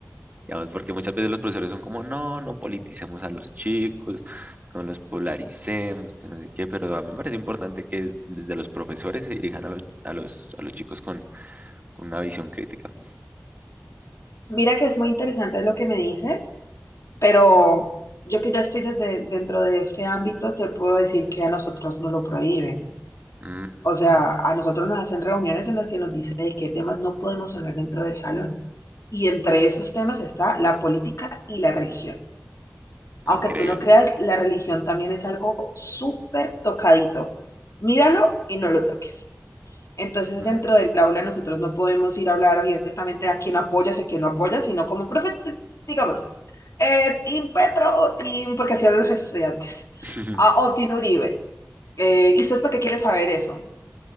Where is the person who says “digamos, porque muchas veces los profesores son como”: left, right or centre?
Right